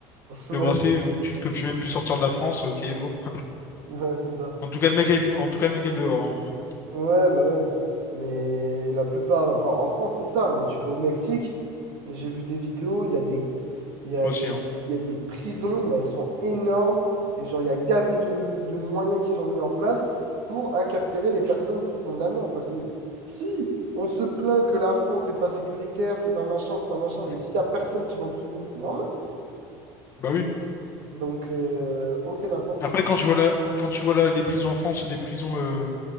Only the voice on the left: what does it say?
Le bracelet,
euh, tu ne peux plus même plus sortir de la France. Ok, lourd.
En tout cas, le mec est, en tout cas, le mec est dehors. hein.
Moi
aussi.
hein.
Mm.
Bah oui.
Après,
quand tu vois la, quand tu vois la- les prisons en France et les prisons euh,